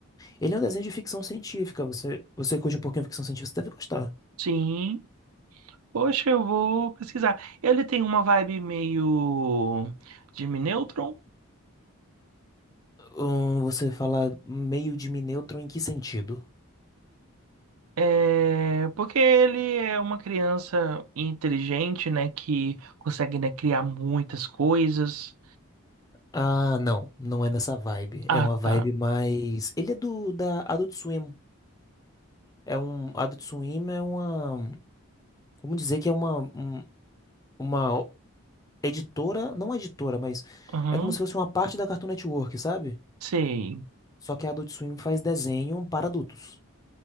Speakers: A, on the left; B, on the right.
A: Ele é um desenho de ficção científica. Você, você curte um pouquinho de ficção científica, você deve gostar.
B: Sim, poxa, eu vou pesquisar. Ele tem uma vibe meio Jimmy Neutron,
A: Hum, você fala meio de Minetron em que sentido?
B: é, porque ele é uma criança inteligente, né, que consegue, né, criar muitas coisas.
A: Ah, não, não é nessa vibe.
B: Ah,
A: É uma vibe
B: tá.
A: mais. Ele é do da Adult Swim. É um Adult Swim é uma, vamos dizer que é uma um- uma editora, não editora, mas
B: Aham,
A: é como se fosse uma parte da Cartoon Network, sabe?
B: sei.
A: Só que a Adult Swim faz desenho para adultos,